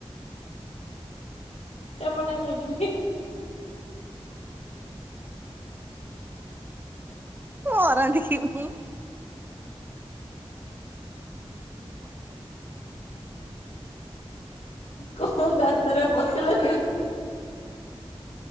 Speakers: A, on the left; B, on the right.
A: ଏପଟେ ମିଥ
B: ମରନ୍ତିଁ କି ମୁଁ।
A: କୋଉ ଗାତରେ ପଶିଲେ